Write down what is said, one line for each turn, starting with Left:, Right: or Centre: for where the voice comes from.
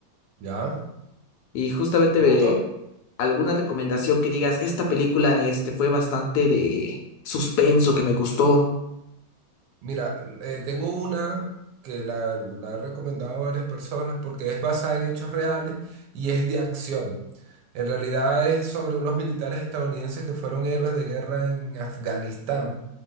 Right: ¿ya?
Left: Y justamente
Right: ¿Te
Left: ve
Right: gustó?
Left: alguna recomendación que digas, esta película este, fue bastante de suspenso, que me gustó.
Right: Mira, eh, tengo una que la, la he recomendado a varias personas porque es basada en hechos reales y es de acción. En realidad es sobre unos militares estadounidenses que fueron héroes de guerra en Afganistán,